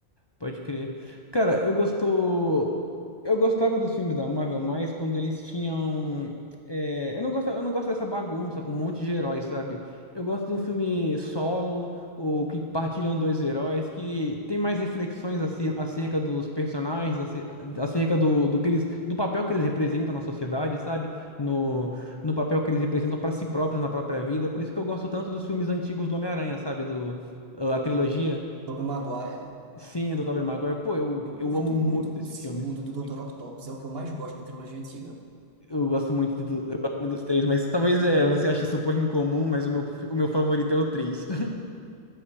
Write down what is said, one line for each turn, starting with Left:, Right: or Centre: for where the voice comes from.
Left: Pode crer. Cara, eu gostou. Eu gostava dos filmes da Marvel mais quando eles tinham. é, Eu não gosto, eu não gosto dessa bagunça com um monte de heróis, sabe? Eu gosto de um filme solo, ou que partilham dois heróis, que tem mais reflexões aci- acerca dos personagens, aci- acerca do, do que eles, do papel que eles representam na sociedade, sabe? No, no papel que eles representam pra si próprios na própria vida. Por isso que eu gosto tanto dos filmes antigos do Homem-Aranha, sabe? Do, a trilogia.
Right: Tobey Maguire,
Left: Sim, é do Tobey Maguire. Pô, eu,
Right: eu
Left: eu
Right: curto
Left: amo muito
Right: muito
Left: esses
Right: o segundo
Left: filmes.
Right: do Dr.
Left: Muito.
Right: Octopus, é o que eu mais gosto da trilogia antiga.
Left: Eu gosto muito de, tu- eu gosto muito dos três, mas talvez é, você ache isso um pouco incomum, mas o meu, o meu favorito é o três. <laughs>